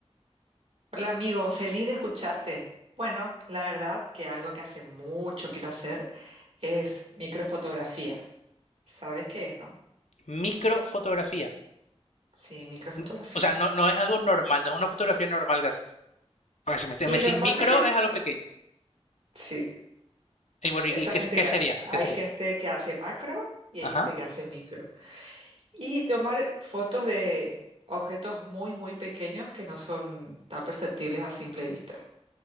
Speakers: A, on the right; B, on the left.
A: Hola amigo, feliz de escucharte. Bueno, la verdad que algo que hace mucho quiero hacer es microfotografía. ¿Sabes qué es, no?
B: Microfotografía.
A: Sí, microfotografía.
B: No- O sea, no, no es algo normal, no es una fotografía normal que haces. Porque si me,
A: Y
B: me decís
A: normalmente,
B: micro es algo pequeño.
A: sí,
B: Y bueno, ¿y
A: esta
B: qué,
A: gente
B: qué
A: que
B: sería?
A: hace- hay
B: ¿Qué sería?
A: gente que hace macro y
B: Ajá.
A: hay gente que hace micro. Y tomar fotos de objetos muy, muy pequeños que no son tan perceptibles a simple vista.